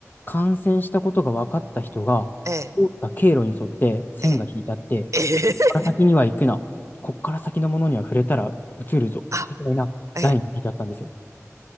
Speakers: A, on the left; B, on the right.
A: 感染したことが分かった人が、
B: ええ、
A: 通った経路に沿って線が引いてあって、
B: ええ、ええ、
A: ここから先には行くな、
B: <laughs>
A: ここから先のものには触れたら移るぞ、
B: あ、
A: みたいなラインが引いてあったんですよ。
B: ええ、